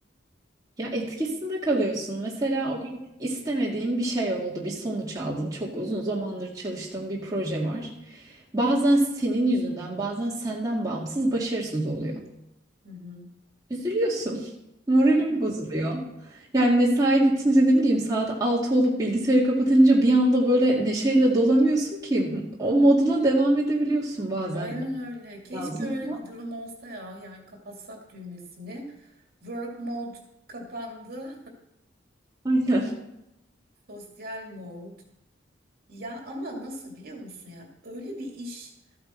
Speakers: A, on the right; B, on the right.
A: Ya etkisinde kalıyorsun. Mesela
B: Evet.
A: o gün istemediğin bir şey oldu, bir sonuç aldın. Çok uzun zamandır çalıştığın bir proje var. Bazen senin yüzünden, bazen senden bağımsız başarısız oluyor.
B: Hı hı.
A: Üzülüyorsun. <laughs> Moralim
B: <laughs>
A: bozuluyor. Yani mesai bitince ne bileyim saat 6 olup bilgisayarı kapatınca bir anda böyle neşeyle dolamıyorsun ki o modula devam edebiliyorsun bazen.
B: Aynen öyle. Keşke
A: Lazım.
B: öyle
A: ama-
B: bir durum olsa ya. Yani kapatsak düğmesini. Work mode kapandı.
A: Aynen.
B: <laughs> Sosyal mode. Ya ama nasıl biliyor musun ya? Öyle bir iş